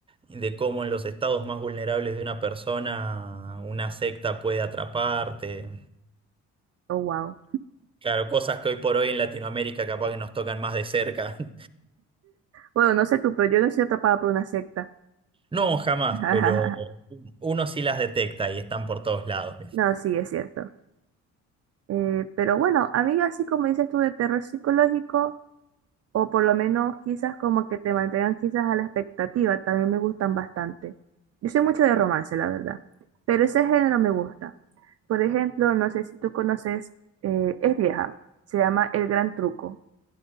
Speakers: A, on the right; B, on the right.
A: de cómo en los estados más vulnerables de una persona una secta puede atraparte.
B: Oh, wow.
A: Claro, cosas que hoy por hoy en Latinoamérica capaz que nos tocan más de cerca. <laughs>
B: Bueno, no sé tú, pero yo no soy atrapada por una secta.
A: No, jamás,
B: <laughs>
A: pero uno sí las detecta y están por todos lados.
B: No, sí, es cierto. Eh, pero bueno, a mí así como dices tú de terror psicológico, o por lo menos quizás como que te mantengan quizás a la expectativa, también me gustan bastante. Yo soy mucho de romance, la verdad, pero ese género me gusta. Por ejemplo, no sé si tú conoces, eh, es vieja, se llama El Gran Truco.